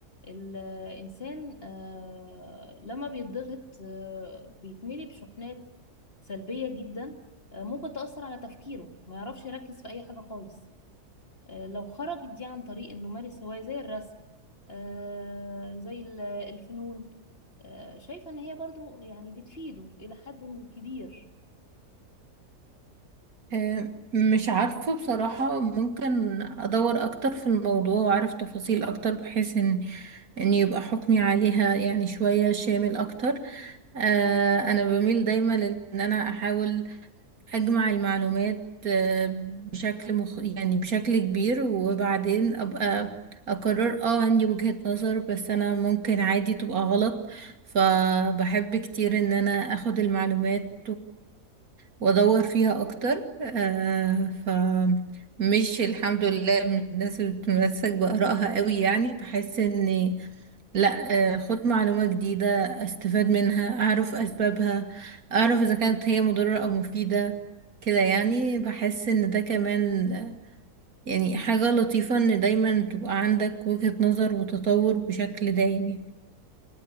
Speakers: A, on the left; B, on the right.
A: الإنسان آه، لما بيتضغط آه، بيتملي بشحنات سلبية جدا آه، ممكن تأثر على تفكيره ما يعرفش يركز في أي حاجة خالص آه، لو خرجت دي عن طريق إنه مارس هواية زي الرسم آه، زي ال- الفنون آه، شايفة إن هي برضو يعني بتفيده إلى حد كبير
B: آه، مش عارفة بصراحة ممكن أدور أكتر في الموضوع وأعرف تفاصيل أكتر بحيث إن إن يبقى حكمي عليها يعني شوية شامل أكتر آه، أنا بميل دايما لإن أنا أحاول أجمع المعلومات آه، بشكل مخ... يعني بشكل كبير وبعدين أبقى أقرر اه عندي وجهة نظر بس أنا ممكن عادي تبقى غلط فبحب كتير إن أنا أخد المعلومات وادور فيها اكتر آه فمش الحمد لله من الناس اللي بتتمسك بآرائها قوي يعني بحس ان لا آه خد معلومة جديدة استفاد منها اعرف اسبابها اعرف اذا كانت هي مضرة او مفيدة كده يعني بحس ان ده كمان آه، يعني حاجة لطيفة ان دايما تبقى عندك وجهة نظر وتطور بشكل دايم يعني